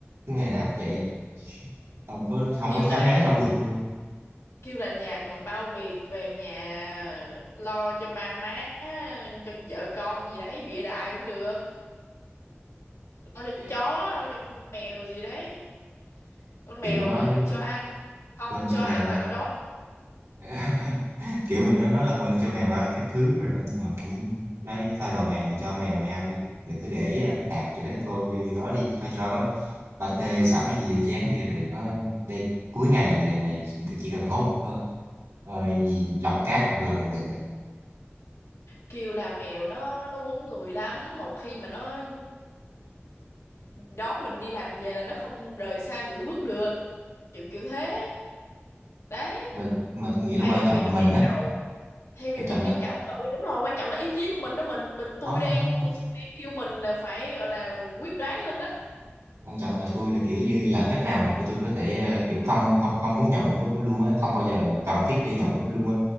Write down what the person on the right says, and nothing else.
cứ ngày nào cũng vậy không có không
có
tránh né đâu được luôn
Dạ.
kiểu
nói
quên cho
mèo
ăn
<laughs> kiểu mình nó nói là quên cho mèo ăn các thứ rồi đó nhưng mà cũng nói thôi đầu ngày mày cho mèo mày ăn đi mày cứ để ờ, hạt gì đấy vô vô vô đó đi cho cho nó ba tê sẵn gì vô chén đi rồi có đây cuối ngày về mày chỉ cần hốt ờ, ờ, gì- lọc cát một lần là được rồi
Mình- nhưng mà tôi nghĩ
là quan trọng
là mình
á
quan
trọng là
không
không không.
quan trọng là tôi là kiểu như làm cách nào mà cô- tôi có thể ờ, kiểu không không không muốn nhậu nó luôn á không bao giờ cần thiết để nhậu nó luôn á